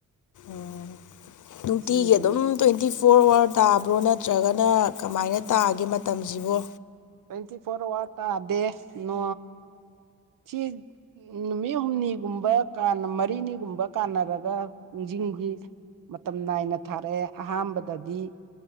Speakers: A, on the left; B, on the right.
A: ꯎꯝ ꯅꯨꯡꯇꯤꯒꯤ
B: ꯏꯁꯤꯡꯗꯤ
A: ꯑꯗꯨꯝ ꯇ꯭ꯋꯦꯟꯇꯤ ꯐꯣꯔ ꯑꯋꯥꯔ ꯇꯥꯕ꯭ꯔꯣ ꯅꯠꯇ꯭ꯔꯒꯅ ꯀꯃꯥꯏꯅ ꯇꯥꯒꯦ ꯃꯇꯝꯁꯤꯕ
B: ꯇ꯭ꯋꯦꯟꯇꯤ ꯐꯣꯔ ꯑꯋꯥꯔ ꯇꯗꯦ ꯅ ꯁꯤ ꯅꯨꯃꯤꯠ ꯍꯨꯝꯅꯤꯒꯨꯝꯕ ꯃꯔꯤꯅꯤꯒꯨꯝꯕ ꯀꯥꯟꯅꯔꯒ ꯆꯤꯡ ꯃꯇꯝ ꯅꯥꯏꯅ ꯊꯥꯔꯛꯑꯦ ꯑꯍꯥꯟꯕꯗꯗꯤ